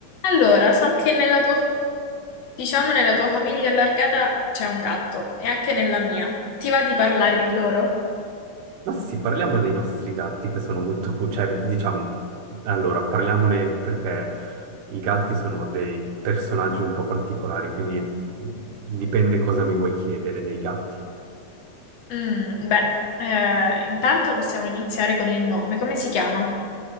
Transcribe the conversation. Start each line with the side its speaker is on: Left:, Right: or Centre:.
Left: Allora, so che nella tua, diciamo, nella tua famiglia allargata c'è un gatto e anche nella mia. Ti va di parlare di loro?
Right: Ma sì, parliamo dei nostri gatti che sono molto, cu- cioè, diciamo, allora, parliamone perché i gatti sono dei personaggi un po' particolari, quindi mh, dipende cosa mi vuoi chiedere dei gatti.
Left: Mm, beh, eh, intanto possiamo iniziare con il nome. Come si chiama?